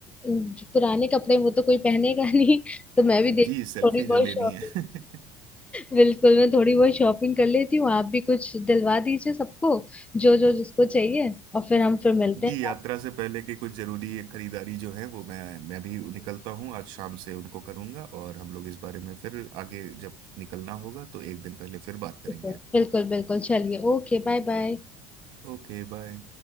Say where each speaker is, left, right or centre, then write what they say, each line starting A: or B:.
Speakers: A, on the left; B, on the right.
A: जो पुराने कपड़े हैं, वो तो कोई पहनेगा नहीं तो मैं भी देख
B: जी सेल्फी
A: थोड़ी बहुत
B: जो लेनी
A: शॉपिंग
B: है <laughs>
A: <laughs> बिल्कुल मैं थोड़ी बहुत शॉपिंग कर लेती हूँ आप भी कुछ दिलवा दीजिए सबको जो जो जिसको चाहिए और फिर हम फिर मिलते
B: जी
A: हैं
B: यात्रा से पहले की कुछ जरूरी खरीदारी जो है वो मैं मैं भी निकलता हूँ आज शाम से उनको करूंगा और हम लोग इस बारे में फिर आगे जब निकलना होगा तो एक दिन पहले फिर बात करेंगे
A: बिल्कुल बिल्कुल बिल्कुल चलिए ओके बाय बाय
B: Okay bye